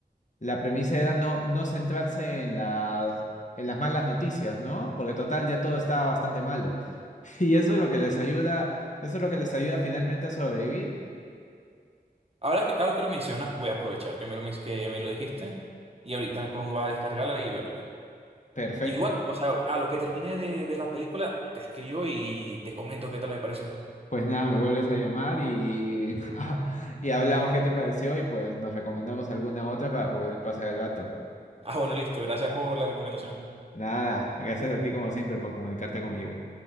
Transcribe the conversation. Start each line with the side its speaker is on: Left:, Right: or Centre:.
Left: La premisa era no, no centrarse en las, en las malas noticias, ¿no? Porque total ya todo estaba bastante malo. <laughs> Y eso es lo que les ayuda, eso es lo que les ayuda finalmente a sobrevivir.
Right: Ahora que, ahora que lo mencionas, voy a aprovechar que me lo, men- que me lo dijiste y ahorita me pongo a descargarla y verla.
Left: Perfecto.
Right: Igual, o sea, a lo que termine de ver la película, te escribo y te comento qué tal me pareció.
Left: Pues nada, me vuelves a llamar y, <laughs> y hablamos qué te pareció y pues nos recomendamos alguna otra para poder pasar el vato.
Right: Ah, bueno, listo. Gracias por la recomendación.
Left: Nada, gracias a ti como siempre por comunicarte conmigo.